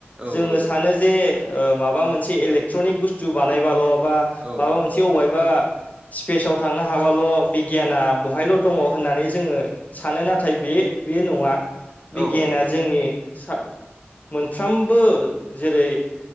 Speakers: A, on the right; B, on the left.
A: औ
B: जोङो
A: औ
B: सानो जे ओ माबा मोनसे इलेक्ट्रनिक बुस्थु बानायबाल बा
A: औ
B: माबा मोनसे अबायबा स्पेसाव थांनो हाबाल बिगियाना बहायल दङ होना नै जोङो सानो नाथाय बे बे नङा बिगियाना
A: औ
B: जोंनि सा मोनफ्रामबो जेरै